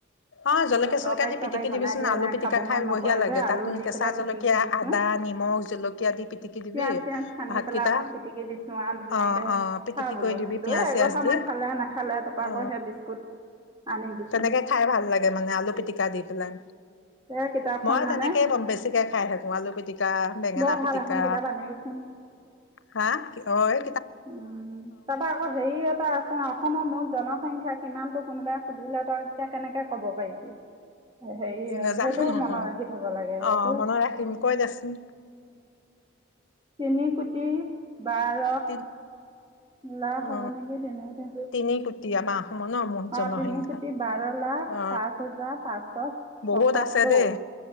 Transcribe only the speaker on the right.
তৰকাৰী
চৰকাৰী
বনাই
দিয়া
নাই
খাব
মন নকৰে
যে
আলু দি
পেলাই পিটিকি
দিছোঁ
পিয়াজ চিয়াজ সানি
পেলাই অকণ পিটিকি দিছো আৰু ধুনীয়াকে
খা বোলো
দুয়ে এঘৰ
সামান
খালে নাখালে তাৰপৰা
আকৌ সেই বিস্কুট আনি দিছো
সেই কিতাপখন
মানে
বৰ
ভাল এখন কিতাপ আনি দিচোন
উম তাৰপৰা আকৌ হেৰি এটা আছে অসমৰ মুঠ জনসংখ্যা সিমানতটো কোনোবাই সুধিলে তই এতিয়া কেনেকে কব পাৰিবি হেৰি
সেইটো
মনত ৰাখি থব লাগে
সেইটো
তিনি কোটি বাৰ
লাখ
হ'ব নেকি তেনেতে
অ তিনি কোটি বাৰ লাখ
পাঁচ হাজাৰ পাঁচশ ছসত্তৰ